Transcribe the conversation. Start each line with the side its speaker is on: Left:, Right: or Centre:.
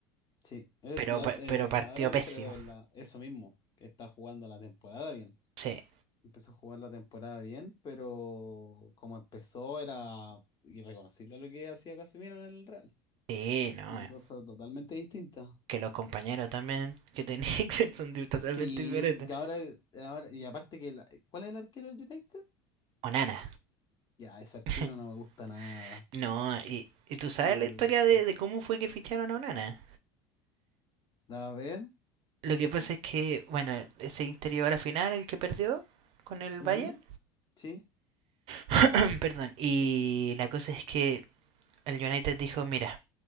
Left: Sí, él es
Right: pero,
Left: la-
Right: pa-
Left: eh,
Right: pero partió
Left: ahora
Right: pésimo.
Left: vi, pero la- eso mismo, que está jugando la temporada bien.
Right: Sí,
Left: Empezó a jugar la temporada bien, pero como empezó era irreconocible a lo que hacía Casemiro en el Real.
Right: sí, no.
Left: Una
Right: eh,
Left: cosa totalmente distinta.
Right: Que los compañeros también que tenían <laughs> son di- totalmente
Left: Sí,
Right: diferentes.
Left: y ahora, eh, ahora y aparte que, la- eh, ¿cuál es el arquero del United?
Right: Onana.
Left: Ya, ese arquero
Right: <laughs>
Left: no me gusta nada.
Right: no, y, y tú sabes
Left: No
Right: la
Left: me
Right: historia
Left: gusta.
Right: de, de cómo fue que ficharon a Onana.
Left: A ver.
Right: Lo que pasa es que, bueno, se interior a la final, el que perdió con el
Left: ujú,
Right: Bayern.
Left: Sí.
Right: <coughs> Perdón, y la cosa es que el United dijo, mira,